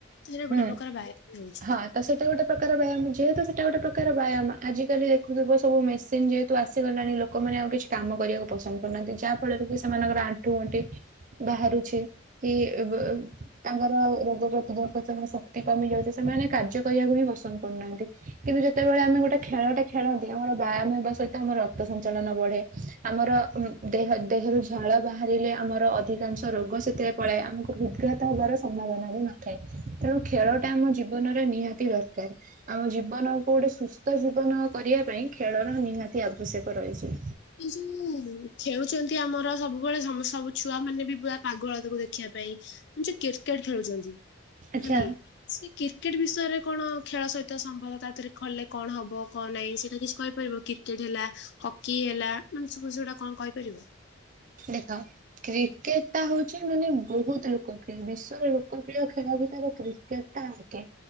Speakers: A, on the left; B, on the right.
A: ତ ସେଇଟା ଗୋଟେ
B: ହୁଁ।
A: ପ୍ରକାର ବାୟାମ ବି ହଉଛି।
B: ହଁ ତ ସେଟା ଗୋଟେ ପ୍ରକାର ବ୍ୟାୟାମ ଯେହେତୁ ସେଇଟା ଗୋଟେ ପ୍ରକାର ବ୍ୟାୟାମ ଆଜିକାଲି ଦେଖୁଥିବ ସବୁ ମେସିନ ଯେହେତୁ ଆସିଗଲାଣି ଲୋକ ଲୋକମାନେ ଆଉ କିଛି କାମ କରିବାକୁ ପସନ୍ଦ କରୁନାହାନ୍ତି ଯାହା ଫଳରେ କି ସେମାନଙ୍କର ଆଣ୍ଠୁ ଗଣ୍ଠି ବାହାରୁଛି କି ବି ବି ତାଙ୍କର ରୋଗ ପ୍ରତିରୋଧକ। ଶକ୍ତି କମି ଯାଉଛି ସେମାନେ କାର୍ଯ୍ୟ କରିବାକୁ ହିଁ ପସନ୍ଦ କରୁନାହାନ୍ତି। କିନ୍ତୁ ଯେତେବେଳେ ଆମେ ଗୋଟେ ଖେଳଟେ- - ଖେଳନ୍ତି ଆମର ବ୍ୟାୟାମ ହେବା ସହିତ ଆମର ରକ୍ତ ସଞ୍ଚାଳନ ବଢେ, ଆମର ଦେହ ଦେହରୁ ଝାଳ ବାହାରିଲେ ଆମର ଅଧିକାଂଶ ରୋଗ ସେଥିରେ ପଳାଏ ଆମକୁ ହୃଦ୍ଘାତ ହେବାର ସମ୍ଭାବନା ବି ନଥାଏ। ତେଣୁ ଖେଳଟା ଆମ ଜୀବନରେ ନିହାତି ଦରକାର। ଆମ ଜୀବନକୁ ଗୋଟେ ସୁସ୍ଥ ଜୀବନ କରିଆ ପାଇଁ ଖେଳର ନିହାତି ଆବଶ୍ୟକ ରହିଛି।
A: ଏ ଯୋଉ ଖେଳୁଚନ୍ତି ଆମର ସବୁବେଳେ ସବୁ ଛୁଆ ମାନେ ବି ପୁରା ପାଗଳ ତାକୁ ଦେଖିବା ପାଇଁ। ଯ କ୍ରିକେଟ ଖେଳୁଚନ୍ତି
B: ଆଚ୍ଛା।
A: ହେଲିକି। ସେ କ୍ରିକେଟ ବିଷୟରେ କଣ ଖେଳ ସହିତ ସମ୍ଭବ ତା ଦେହରେ ଖଲେ କଣ ହବ କଣ ନାହିଁ ସେଇଟା କିଛି କହିପାରିବ? କ୍ରିକେଟ ହେଲା ହକି ହେଲା ମାନେ ସବୁ ସେଗୁଡା କଣ କହିପାରିବ?
B: ଦେଖ- - କ୍ରିକେଟଟା ହଉଚି ମାନେ ବହୁତ ଲୋକପ୍ରିୟ ବିଶ୍ଵର ଲୋକପ୍ରିୟ ଖେଳ ଭିତରେ କ୍ରି -- କେତା ଆକେ।